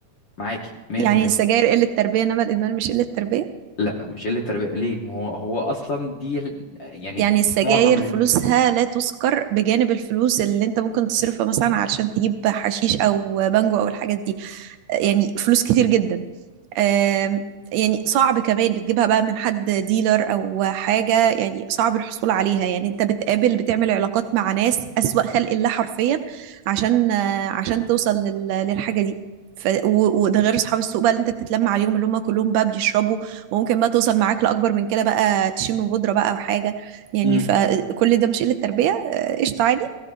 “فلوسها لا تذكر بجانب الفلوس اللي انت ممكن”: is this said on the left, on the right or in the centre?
Right